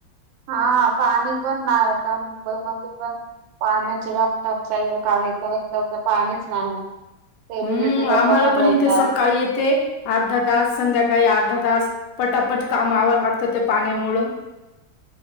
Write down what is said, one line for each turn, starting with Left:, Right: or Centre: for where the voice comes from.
Right: हा पाणी पण नाही आता मुंबईमध्ये पण. पाण्याची व आम त आमचा का इ ते पाणीच नाही. सेलिब्रिटी
Left: हम्म
Right: लोक
Left: आम्हाला
Right: बोलतात
Left: पण इथे सकाळी येते अर्धा तास संध्याकाळी अर्धा तास. पटापट काम आवरायला लागतात ते पाण्यामुळं.